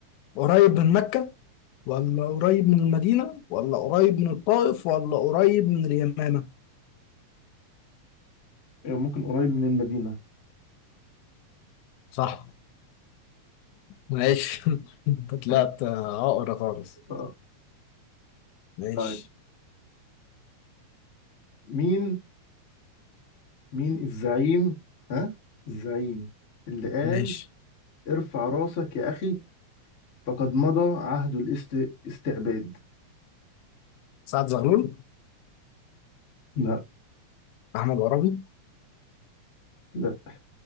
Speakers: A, on the left; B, on the left.
A: قريب من مكة ولا قريب من المدينة ولا قريب من الطائف ولا قريب من اليمامة
B: ممكن قريب من المدينة
A: صح ماشي <laughs> انت طلعت
B: <laughs>
A: آه، عقرة خالص
B: آه،
A: ماشي
B: طيب مين مين الزعيم ها الزعيم اللي قال
A: ماشي
B: ارفع راسك يا أخي فقد مضى عهد الاستعباد
A: سعد زغلول
B: لا
A: احمد عرابي
B: لا